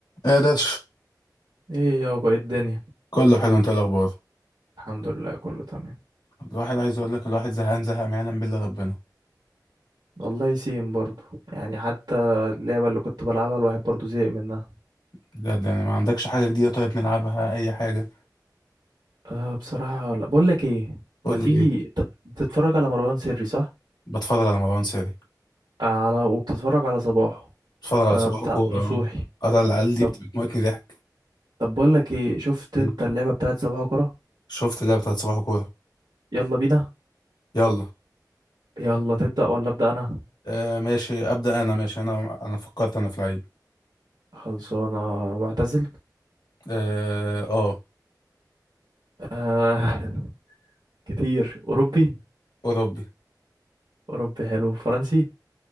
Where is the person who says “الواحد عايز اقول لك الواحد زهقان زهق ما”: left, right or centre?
Left